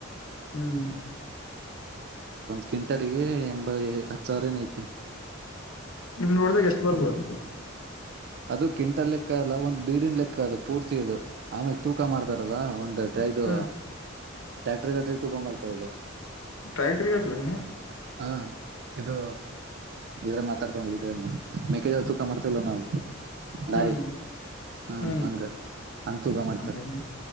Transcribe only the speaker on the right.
ಕ್ವಿಂಟಲ್ಲಿಗೆ ಎಂಬ ಹತ್ತು ಸಾವಿರೇನೋ ಐತಿ
ಅದು ಕ್ವಿಂಟಲ್ ಲೆಕ್ಕ ಅಲ್ಲ ಒಂದ್ ಬೀಡಿನ ಲೆಕ್ಕ ಅದು ಪೂರ್ತಿ ಅದು ಆಮ್ಯಾಗ ತೂಕ ಮಾಡ್ತಾರಲ್ಲ ಒಂದ ಹದ್ನೈದು
ಟ್ಯಾಕ್ಟರ್ ಗಟ್ಟಲೇ ತೂಕ ಮಾಡ್ತಾಯಿದೆ.
ಹಾ ಇದು ಇದ್ರೆ ಮಾತಾಡ್ತ ಇದಮ್ಮ ಮೇಕ್ಕಿಜ್ವಳ ತೂಕ ಮಾಡ್ತಿವಲ್ಲ ನಾವು ಲಾರಿವು
ಹಾ
ಹಂಗ ಅಂತೂಗ ಮಾಡ್ತಾರ